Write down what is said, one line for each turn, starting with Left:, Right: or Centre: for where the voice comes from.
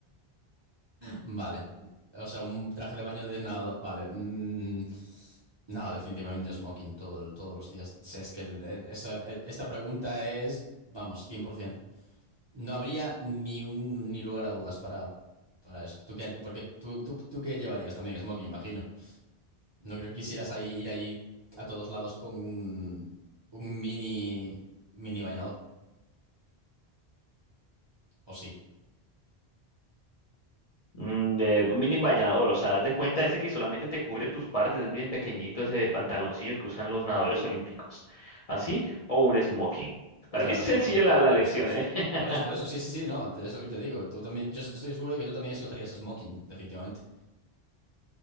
Right: Vale. O sea, un traje de baño de nadador. Vale. mm, no, definitivamente smoking todo, el- todos los días. O sea, Es que eh, esa- eh, esta pregunta es, vamos, 100%. No habría ni un ni lugar a dudas para, para esto. ¿Tú qué, har- porque tú, tú, tú qué llevarías también smoking, imagino. No creo que quisieras ahí, ir ahí a todos lados con un, un mini, mini bañador. ¿O sí?
Left: Mm, de mini bañador, o sea, haz de cuenta ese que solamente te cubre tus partes, es bien pequeñito ese pantaloncillo que usan los nadadores olímpicos. Así, o un smoking. Para
Right: No,
Left: mí
Right: no,
Left: es sencilla
Right: smoking.
Left: la, la
Right: Por
Left: elección,
Right: eso, por eso.
Left: ¿eh? <laughs>
Right: Por eso, por eso. Sí, sí, sí, no. te- Es lo que te digo. Tú también. Yo estoy seguro de que tú también escogerías smoking, definitivamente.